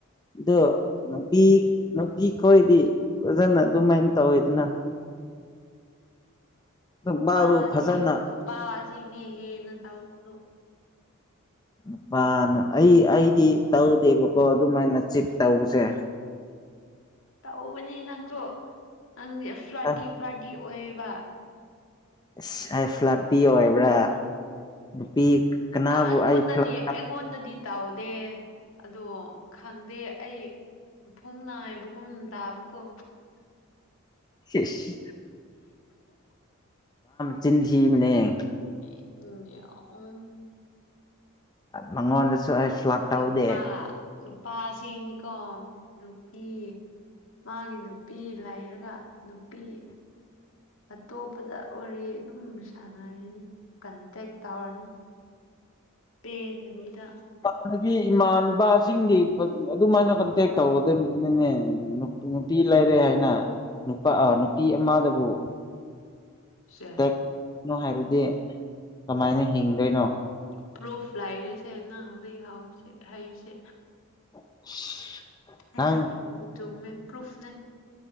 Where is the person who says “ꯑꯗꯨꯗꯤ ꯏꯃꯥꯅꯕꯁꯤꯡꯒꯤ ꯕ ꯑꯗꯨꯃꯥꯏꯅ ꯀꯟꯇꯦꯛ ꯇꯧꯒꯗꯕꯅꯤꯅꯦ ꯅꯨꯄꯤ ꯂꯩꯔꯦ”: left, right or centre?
Left